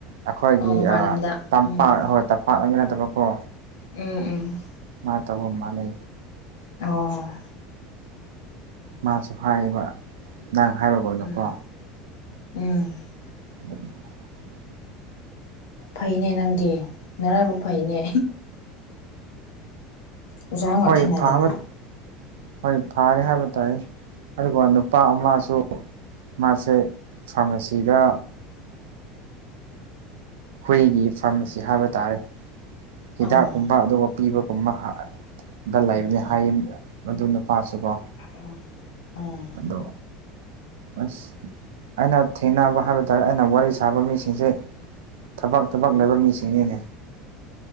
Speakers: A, on the right; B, on the left.
A: ꯑꯩꯈꯣꯏꯒꯤ
B: ꯑꯣ ꯃꯄꯥꯟ ꯂꯝꯗ
A: ꯇꯝꯄꯥꯛ
B: ꯎꯝ
A: ꯍꯣꯏ ꯇꯝꯄꯥꯛꯅ ꯅꯠꯇꯕꯀꯣ
B: ꯎꯝ ꯎꯝ
A: ꯃꯥ ꯇꯕꯨ ꯃꯥꯅꯦ
B: ꯑꯣ
A: ꯃꯥꯁꯨ ꯍꯥꯏꯌꯦꯕ ꯅꯪ ꯍꯥꯏꯔꯨꯕꯅꯨꯀꯣ
B: ꯎꯝ ꯎꯝ
A: <unintelligible>
B: ꯐꯩꯅꯦ ꯅꯪꯗꯤ ꯅꯔꯥꯏꯕꯛ ꯐꯩꯅꯦ ꯑꯣꯖꯥ ꯉꯥꯛ
A: ꯍꯣꯏ
B: ꯊꯦꯡꯅꯗꯅ
A: ꯐꯕ ꯍꯣꯏ ꯐꯔꯦ ꯍꯥꯏꯕ ꯇꯥꯏꯦ ꯑꯗꯨꯒ ꯅꯨꯄꯥ ꯑꯃꯁꯨ ꯃꯥꯁꯦ ꯐꯥꯔꯃꯥꯁꯤꯗ ꯍꯨꯏꯒꯤ ꯐꯥꯔꯃꯥꯁꯤ ꯍꯥꯏꯕ ꯇꯥꯔꯦ ꯍꯤꯗꯥꯛ
B: ꯑꯥ
A: ꯀꯨꯝꯕ ꯑꯗꯨꯒ ꯄꯤꯕꯒꯨꯝꯕ ꯗ ꯂꯩꯕꯅꯤ
B: ꯑꯣ
A: ꯍꯥꯏꯌꯦ ꯑꯗꯨ ꯅꯨꯄꯥꯁꯨꯀꯣ
B: ꯎ ꯎꯝ
A: ꯑꯗꯣ ꯑꯁ ꯑꯩꯅ ꯊꯦꯡꯅꯕ ꯍꯥꯏꯕ ꯇꯥꯔꯦ ꯑꯩꯅ ꯋꯥꯔꯤ ꯁꯥꯕ ꯃꯤꯁꯤꯡꯁꯦ ꯊꯕꯛ ꯊꯕꯛ ꯂꯩꯕ ꯃꯤꯁꯤꯡꯅꯤꯅꯦ